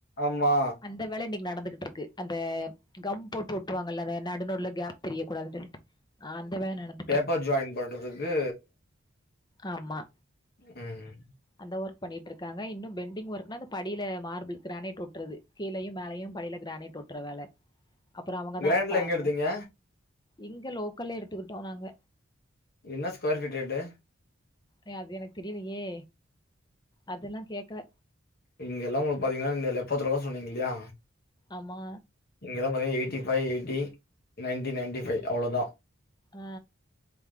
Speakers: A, on the left; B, on the left.
A: ஆமா
B: அந்த வேல இன்னைக்கு நடந்துகிட்ருக்கு அந்த கம் போட்டு ஒட்டுவாங்கல்ல அத‌ என்ன நடுநடுல கேப் தெரியக் கூடாதுன்னு சொல்லிட்டு ஆ அந்த வேல நடந்த
A: இப்ப ஜாயின் பண்றதுக்கு
B: ஆமா
A: ம்
B: அந்த ஒர்க் பண்ணிட்ருக்காங்க இன்னு பெண்டிங் ஒர்க்னா அந்த படியில மார்பிள் கிரானைட் ஒட்றது கீழையு மேலையு படியில கிரானைட் ஒட்ற வேல அப்புறோ அவங்கதா
A: கிராண்ட்ல எங்க
B: அவங்க
A: எடுத்தீங்க
B: இங்க லோக்கல்லே எடுத்துக்கிட்டோ நாங்க
A: என்னா ஸ்கொயர் ஃபீட் ரேட்டு
B: ஏ அது எனக்கு தெரியலையே அதெல்லா கேக்கல
A: இங்க எல்லா உங்களுக்கு பாத்தீங்கன்னாங்க எப்பது ரூபா சொன்னீங்க இல்லயா
B: ஆமா
A: இங்கெல்லா பாருங்க eighty five eighty ninety ninety five அவ்ளோதா
B: ஆ